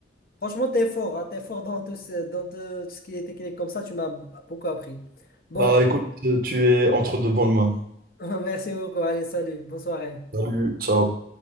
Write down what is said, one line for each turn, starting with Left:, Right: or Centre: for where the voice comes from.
Left: Franchement, t'es fort, hein, T'es fort dans tout ce, dans tout ce qui est technique comme ça, tu m'as beaucoup appris. Bon,
Right: Bah, écoute, tu es entre de bonnes mains.
Left: <laughs> merci beaucoup, allez, salut, bonne soirée.
Right: Salut, ciao.